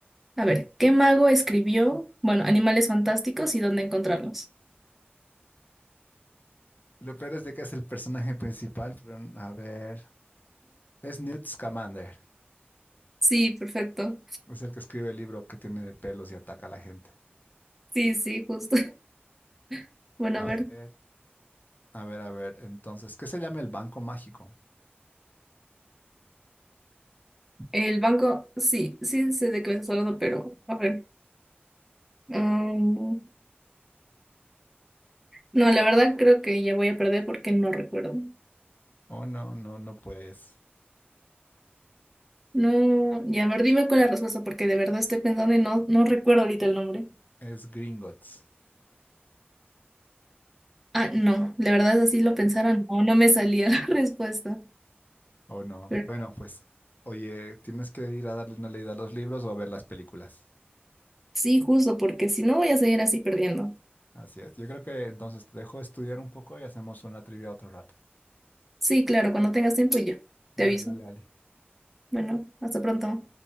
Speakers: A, in the centre; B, on the left.
A: a ver, ¿qué mago escribió, bueno, animales fantásticos y dónde encontrarlos?
B: Lo peor es de que es el personaje principal, pero a ver. Es Newt Scamander.
A: Sí, perfecto.
B: Es el que escribe el libro que tiene pelos y ataca a la gente.
A: Sí, sí, justo. <laughs> Bueno,
B: A
A: a ver,
B: ver, a ver, a ver. Entonces, ¿qué se llama el Banco Mágico?
A: el banco, sí, sí sé de qué me estás hablando, pero a ver. mm, no, la verdad creo que ya voy a perder porque no recuerdo.
B: Oh, no, no, no, pues.
A: No, ya, a ver, dime con la respuesta porque de verdad estoy pensando y no, no recuerdo ahorita el nombre.
B: Es Gringotts.
A: Ah, no, la verdad así lo pensara, no, no me salía <laughs> la respuesta.
B: Oh, no.
A: Pero
B: Bueno, pues, oye, tienes que ir a darle una leída a los libros o a ver las películas.
A: sí, justo, porque si no voy a seguir así perdiendo.
B: Así es. Yo creo que entonces te dejo estudiar un poco y hacemos una trivia otro rato.
A: Sí, claro, cuando tengas tiempo yo
B: Dale,
A: te aviso.
B: dale, Ali.
A: Bueno, hasta pronto.